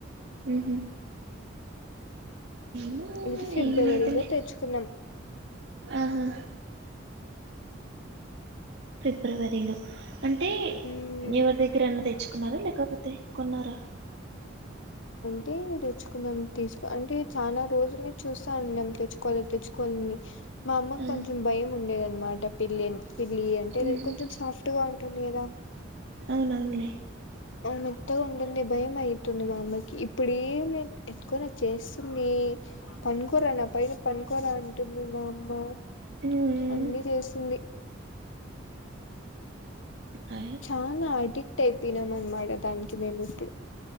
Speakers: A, on the right; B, on the left.
A: ఉహుం న
B: ఇది ఫిబ్రవరిలో
A: ఏం లేదు లే
B: తెచ్చుకున్నాం
A: ఆహా ఫిబ్రవరిలో అంటే
B: మ్మ్
A: ఎవరి దగ్గర అన్నా తెచ్చుకున్నారా లేకపోతే కొన్నారా
B: అంటేేను తెచ్చుకున్నాం తీసుకో అంటే చాలా రోజులని చూస్తాను తెచ్చుకోవాలి తెచ్చుకోవాలి అని మా అమ్మ
A: ఆ
B: కొంచెం భయం ఉండేదనమాట పిల్లిని పిల్లి అంటే
A: ఉమ్
B: కొంచెం సాఫ్ట్ గా ఉంటుంది కదా
A: అవునవునులే
B: మెత్తగంటంది భయంమై యిత్తుది మా అమ్మకి ఇప్పుడేం లేదు ఎతుకొని అచ్చి ఏస్తుంది పనుకోరా నా పైన పనుకోరా అంటుంది మా అమ్మ
A: ఉమ్
B: అన్నీ చేస్తుంది
A: ఆ
B: చానా అడిక్ట్ అయ్ తినమనమాట దానికి మేము ఇప్పుడు